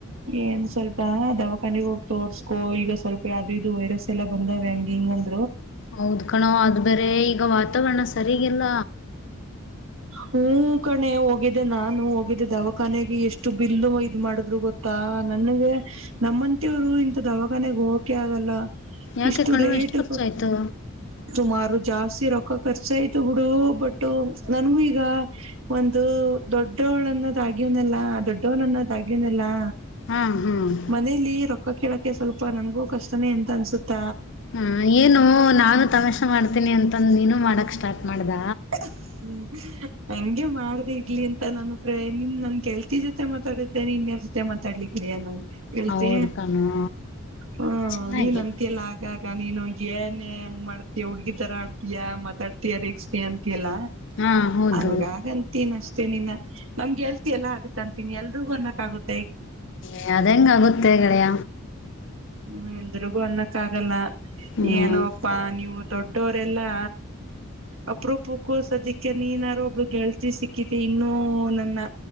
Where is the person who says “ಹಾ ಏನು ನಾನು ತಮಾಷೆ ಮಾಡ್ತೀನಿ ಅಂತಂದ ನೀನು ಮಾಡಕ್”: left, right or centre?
Left